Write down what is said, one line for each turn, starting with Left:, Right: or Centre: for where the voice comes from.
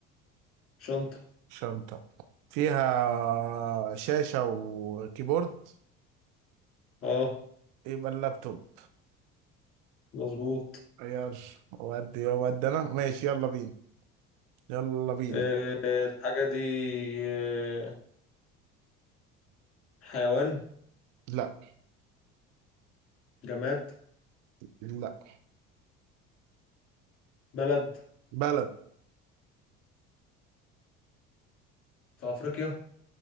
Left: شنطة
Right: شنطة فيها شاشة وكيبورد
Left: اه
Right: يبقى اللابتوب
Left: مظبوط
Right: يلا ودي يا ودي انا ماشي يلا بينا يلا بينا
Left: آه، الحاجة دي آه، حيوان
Right: لا
Left: جماد
Right: لا
Left: بلد
Right: بلد
Left: في أفريقيا